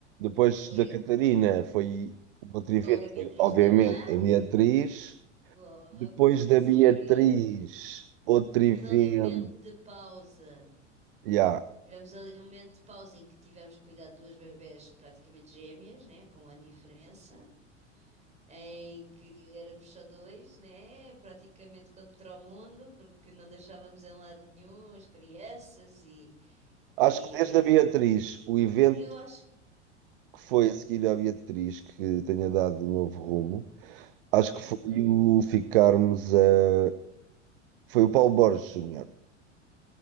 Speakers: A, on the right; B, on the right.
A: Depois
B: foi
A: da Catarina
B: a-
A: foi outro evento,
B: logo a Beatriz
A: foi, obviamente,
B: também,
A: a Beatriz.
B: logo,
A: Depois
B: logo
A: da
B: a seguir.
A: Beatriz, outro
B: Tivemos
A: evento.
B: ali um momento de pausa.
A: Ya.
B: Tivemos ali um momento de pausa em que tivemos que cuidar de duas bebés praticamente gêmeas, né? Com um ano de diferença. em que éramos só dois, né? Praticamente contra o mundo, porque não deixávamos em lado nenhum as crianças e,
A: Acho
B: e,
A: que desde a Beatriz, o evento
B: e eu acho
A: que
B: que
A: foi
B: sim,
A: a seguir à Beatriz, que tenha dado um novo rumo. Acho
B: pois
A: que foi
B: não.
A: o ficarmos a. Foi o Paulo Borges Júnior.